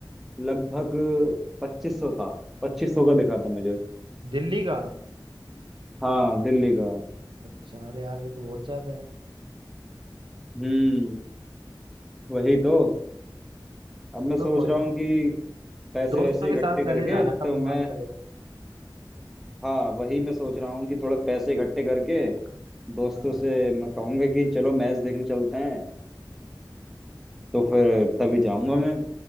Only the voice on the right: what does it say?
दिल्ली का
अच्छा अरे यार ये तो बहुत ज्यादा है
चलो
कोई
ना
दोस्तों
के
साथ
चले जाना
कभी
मन करे तो
हाँ